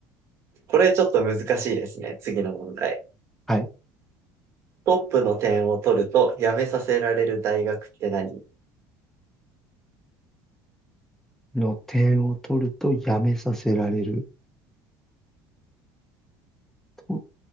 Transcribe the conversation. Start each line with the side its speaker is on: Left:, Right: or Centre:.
Right: これちょっと難しいですね。次の問題。
Centre: はい。
Right: トップの点を取ると辞めさせられる大学って何
Centre: の点を取るとやめさせられる。トッ